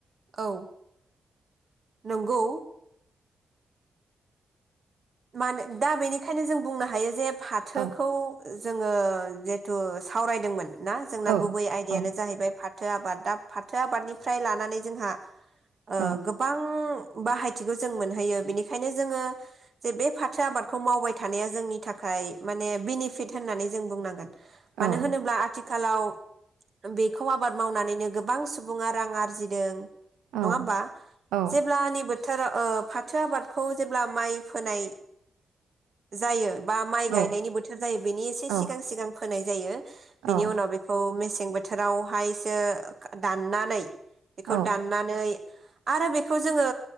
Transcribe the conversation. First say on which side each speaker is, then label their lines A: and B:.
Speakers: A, on the right (about 55°); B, on the right (about 80°).
A: औ नंगौ। मानो दा बेनिखायनो जों बुंनो हायो जे फाथोखौ
B: औ
A: जोङो जिहेथु सावरायदोंमोन ना जोंना
B: औ
A: गुबै आयदायानो
B: औ
A: जाहैबाय फा थो आबाद दा फाथो आबादनिफ्राय लानानै जोंहा ओ
B: औ
A: गोबां बाहायथिखौ जों मोनहैयो बेनिखायनो जोङो जे बे फाथो आबादखौ मावबाय थानाया जोंनि थाखाय माने बेनिफिट होननानै जों बुंनांगोन
B: औ
A: मानो होनोब्ला आथि खालाव बेखौ आबाद मावनानैनो गोबां सुबुङा रां आरजिदों।
B: औ
A: नङा होमबा
B: औ
A: जेब्ला नि बो थोरो ओ फाथो आबादखौ जेब्ला माइ फोनाय जायो। बा माइ गायनायनि
B: औ
A: बोथोर जायो बेनि एसे
B: औ
A: सिगां सिगां होनाय जायो।
B: औ
A: बेनि उनाव बेखौ मे सें बोथोरावहायसो दाननानै बेखौ
B: औ
A: दाननानै आरो बेखौ जोङो